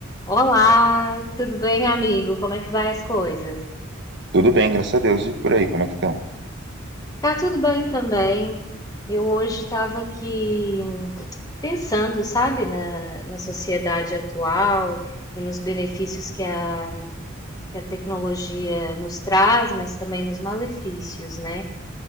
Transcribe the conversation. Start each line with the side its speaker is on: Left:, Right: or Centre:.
Left: Olá, tudo bem, amigo? Como é que vai as coisas?
Right: Tudo bem, graças a Deus. E por aí, como é que estão?
Left: Tá tudo bem também. Eu hoje estava aqui pensando, sabe, na, na sociedade atual e nos benefícios que a, que a tecnologia nos traz, mas também nos malefícios, né?